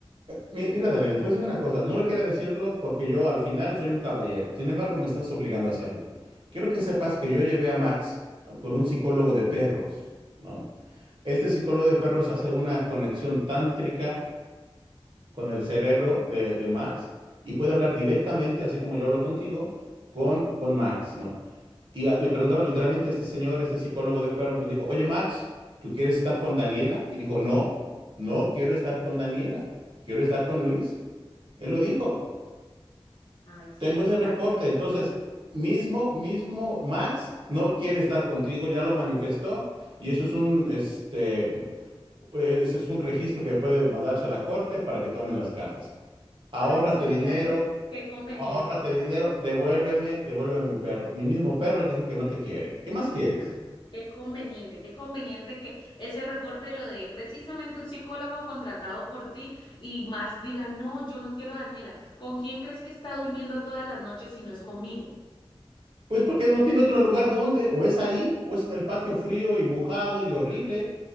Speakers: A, on the right; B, on the left.
A: mi- mira, Daniela, te voy a decir una cosa. No lo quiero decirlo porque yo al final soy un caballero. Sin embargo, me estás obligando a hacerlo. Quiero que sepas que yo llevé a Max con un psicólogo de perros, ¿no? Este psicólogo de perros hace una conexión tántrica con el cerebro de, de Max y puede hablar directamente, así como yo hablo contigo, con, con Max, ¿no? Y a- le preguntaron literalmente a este señor, este psicólogo de perros, le dijo, oye Max, ¿tú quieres estar con Daniela? Y dijo, no, no quiero estar con Daniela, quiero estar con Luis. Él lo dijo,
B: Ay, sí,
A: tengo ese
B: claro.
A: reporte, entonces, mismo, mismo Max no quiere estar contigo, ya lo manifestó y eso es un, este, eh, ese es un registro que puede mandarse a la corte para que tomen las cartas ahórrate
B: Ay, sí,
A: dinero,
B: claro. Qué conveniente.
A: ahórrate dinero, devuélveme, devuélveme mi perro. Mi mismo perro dijo que no te quiere. ¿Qué más quieres?
B: Ah, qué conveniente, qué conveniente que ese reporte lo de precisamente un psicólogo contratado por ti y Max diga, no, yo no quiero a Daniela. ¿Con quién crees que está durmiendo todas las noches si no es conmigo?
A: Pues porque no tiene otro lugar donde, o es ahí, o es en el patio frío y mojado y horrible.